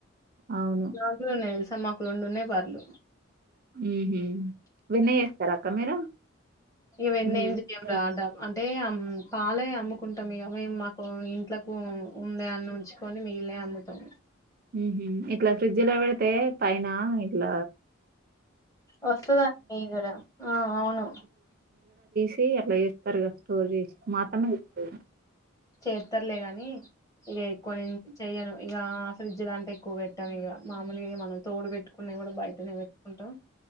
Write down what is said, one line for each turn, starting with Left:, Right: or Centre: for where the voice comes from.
Right: అవును
Left: గ్లాసులున్నయ్ మాకు రెండు ఉన్నాయ్ బర్లు
Right: ఊహు వెన్నచేస్తారా అక్క మీరు
Left: ఈ వెన్నేంది
Right: నెయ్యి
Left: దేవుడా
Right: నెయ్యి
Left: అడ్డంకులు అంటే అమ్ పాలే అమ్ముకుంటం ఇగ మేమ్ మాకు ఇంట్లకు ఉండే అన్ని ఉంచుకొని మిగిలనై అమ్ముతం
Right: ఉహు ఇట్లా ఫ్రిడ్జిల పెడితే పైన ఇట్ల
Left: వస్తదండి మీగడ ఆ ఆవును
Right: సి అట్ల చేస్తర్ గ <unintelligible> మా అత్తమ్మ చోపెదీ
Left: చేరుతారులే గాని ఇక ఎక్కువ నం చెయ్యను ఇగ ఫ్రిడ్జ్ లాంటే ఎక్కువ పెట్టాం ఇక మామూలుగా మనం తోడు పెట్టుకునే కూడ బయటనే పెట్టుకుంటాం